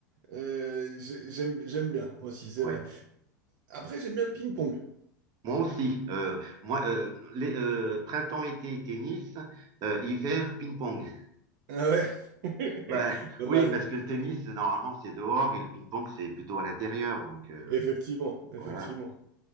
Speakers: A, on the right; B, on the right.
A: euh, j'ai- j'aime, j'aime bien aussi, c'est
B: ouais.
A: vrai. Après, j'aime bien le ping-pong.
B: Moi aussi. Euh, moi, euh, les, euh, printemps, été, tennis, euh, hiver, ping-pong.
A: Ah ouais?
B: Bah,
A: <laughs> Pas
B: oui,
A: mal.
B: parce que le tennis, normalement, c'est dehors et le ping-pong, c'est plutôt à l'intérieur. Donc, euh,
A: Effectivement, effectivement.
B: voilà.